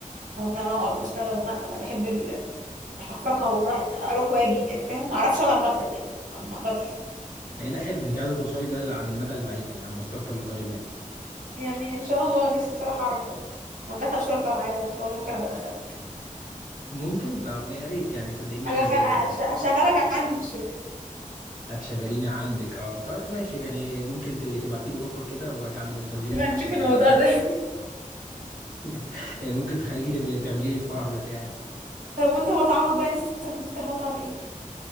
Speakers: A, on the right (about 85°); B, on the left (about 85°).
A: وان انا اقعد واشتغل لا انا بحب ال- الحفرقه والراح اروح واجي يعني فاهم ما اعرفش اقعد على المكتب يعني ما اقدرش
B: يعني ده حلو انت عايزه توصلي ده على المدى البعيد يعني على المستقبل القريب يعني
A: يعني ان شاء الله نفسي بصراحه اعرف ده وادخل شركه معايا بقى ان شاء الله ممكن ابقى ادخلك
B: ممكن طب ما يا ريت يعني صدقيني
A: هدخل هش-
B: آه،
A: هشغلك عندي في الشركه
B: هتشغليني عندك اه طيب ماشي يعني ممكن تبقي تبعتي لي اوفر كده واجي اعمل انترفيو
A: يبقى
B: ونشوف
A: نشوف
B: الموضوع
A: الموضوع
B: ده
A: ده <laughs>
B: <laughs> يعني ممكن تخليكي تبقي تعملي لي الفرح بتاعي يعني
A: طب وانت مطعمك بقى نفسك تفتح تفتح مطعم ايه